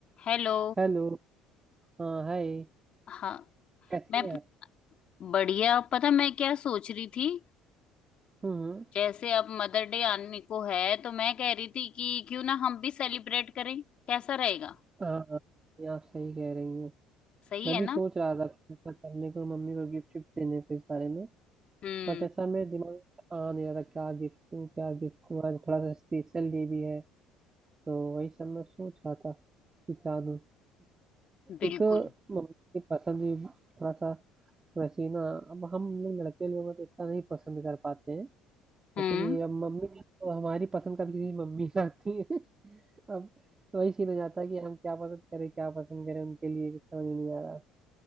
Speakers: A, on the left; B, on the right.
A: Hello
B: हेलो हाँ हाय
A: हाँ
B: कैसी
A: मैं
B: हैं आप
A: बढ़िया पता मैं क्या सोच रही थी
B: हम्म
A: जैसे अब मदर डे आने को है तो मैं कह रही थी कि क्यों ना हम भी सेलिब्रेट करें कैसा रहेगा
B: हाँ हाँ, ये आप सही कह रही हैं
A: सही
B: मैं
A: है
B: भी
A: ना
B: सोच रहा था कुछ ऐसा करने को मम्मी को गिफ्ट शिफ्ट देने को इस बारे में
A: हम्म
B: बट ऐसा मेरे दिमाग में आ नहीं रहा था क्या गिफ्ट दूँ क्या गिफ्ट दूँ आज थोड़ा सा स्पेशल डे भी है तो वही सब मैं सोच रहा था कि क्या दूँ
A: बिल्कुल
B: एक तो मम्मी की पसंद भी थोड़ा सा वैसी ना अब हम लोग लड़के लोग हैं तो इतना नहीं पसंद कर पाते हैं जैसे
A: हम्म
B: कि अब मम्मी तो हमारी पसंद का भी चीज़ मम्मी <laughs> लाती है अब वही सीन हो जाता है कि हम क्या पसंद करें क्या पसंद करें उनके लिए कुछ समझ नहीं आ रहा